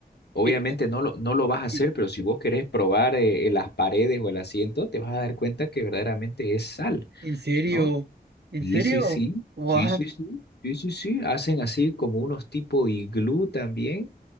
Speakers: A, on the left; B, on the right.
A: Obviamente
B: e-
A: no lo, no lo vas a hacer,
B: e-
A: pero si vos querés probar eh, eh, las paredes o el asiento, te vas a dar cuenta que verdaderamente es sal,
B: ¿En serio?
A: ¿no?
B: ¿En
A: Sí,
B: serio?
A: sí, sí,
B: What?
A: sí, sí, sí, sí, sí, sí. Hacen así como unos tipo iglú también,